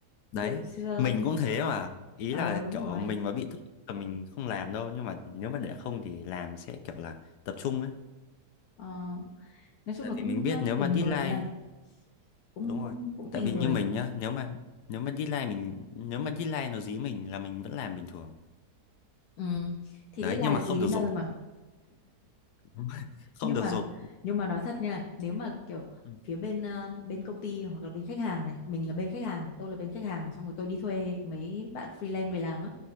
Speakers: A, on the left; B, on the left.
A: đấy
B: từ xưa
A: mình cũng thế mà ý
B: ờ
A: là
B: đúng
A: kiểu
B: rồi
A: mình mà bị thúc ép là mình không làm đâu nhưng mà nếu mà để không thì làm sẽ kiểu là tập trung ấy
B: Ờ, nói chung
A: tại
B: là cũng
A: vì mình biết
B: ờ,
A: nếu
B: tùy
A: mà
B: người
A: deadline
B: nha cũng
A: đúng rồi
B: cũng cũng
A: tại
B: tùy
A: vì
B: người
A: như mình nhá nếu mà nếu mà deadline mình nếu mà deadline nó dí mình là mình vẫn làm bình thường
B: ừ. thì
A: đấy
B: đến là
A: nhưng mà
B: gì
A: không
B: đến
A: được dục
B: nơi mà
A: <laughs> không
B: nhưng
A: được
B: mà
A: dục
B: nhưng mà nói thật nha nếu mà kiểu
A: Ừ.
B: phía bên ờ, bên công ty hoặc là bên khách hàng này mình là bên khách hàng tôi là bên khách hàng xong rồi tôi đi thuê mấy bạn freelance về làm á